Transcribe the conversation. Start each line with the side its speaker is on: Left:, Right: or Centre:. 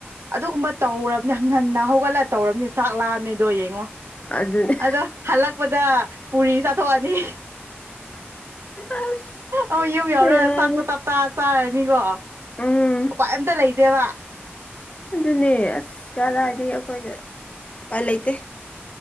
Right: ꯑꯗꯨꯒꯨꯝꯕ ꯇꯧꯔꯕꯅꯤ ꯉꯟꯅ ꯍꯧꯒꯠꯂꯒ ꯇꯧꯔꯕꯅꯤꯅꯦ ꯆꯥꯛ ꯂꯥꯛꯑꯝꯃꯦꯗꯣ ꯌꯦꯡꯉꯣ
Left: ꯑꯗꯨꯅꯦ
Right: ꯑꯗꯣ ꯍꯜꯂꯛꯄꯗ ꯄꯨꯔꯤ ꯆꯥꯊꯣꯛꯑꯅꯤ
Left: ꯑꯁ
Right: ꯑꯣ ꯌꯨꯝ ꯌꯥꯎꯔ
Left: ꯕꯦꯔꯥꯅꯤ
Right: ꯆꯥꯛꯄꯣ ꯇꯞꯇꯥ ꯆꯥꯔꯅꯤꯀꯣ
Left: ꯎꯝ
Right: ꯎꯄꯥꯏ ꯑꯝꯇ ꯂꯩꯇꯦꯕ
Left: ꯑꯗꯨꯅꯦ ꯑꯁ ꯀꯗꯥꯏꯗꯒꯤ ꯑꯩꯈꯣꯏꯅ ꯎꯄꯥꯏꯜ ꯂꯩꯇꯦ